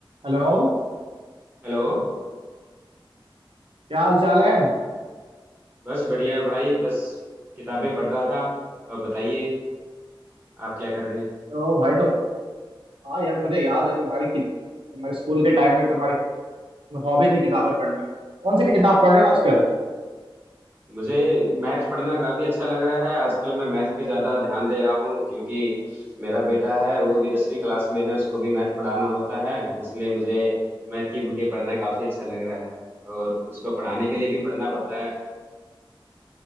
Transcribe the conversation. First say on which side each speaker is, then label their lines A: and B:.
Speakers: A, on the right (about 70°); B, on the right (about 25°).
A: Hello
B: हेलो
A: क्या हाल चाल है
B: बस बढ़िया है भाई बस किताबें पढ़ रहा था अब बताइए आप क्या कर रहे हैं
A: तो भाई तुम हाँ यार मुझे याद है तुम्हारी कित- तुम्हारे स्कूल के टाइम में तुम्हारी हॉबी थी किताबें पढ़ना कौन सी किताब पढ़ रहे हो आजकल
B: मुझे मैथ पढ़ना काफी अच्छा लग रहा है आजकल मैं मैथ पे ज्यादा ध्यान दे रहा हूँ क्योंकि मेरा बेटा है वो भी दसवीं क्लास में है उसको भी मैथ पढ़ाना होता है इसलिए मुझे मैथ की बुकें पढ़ना काफी अच्छा लग रहा है और उसको पढ़ाने के लिए भी पढ़ना पड़ रहा है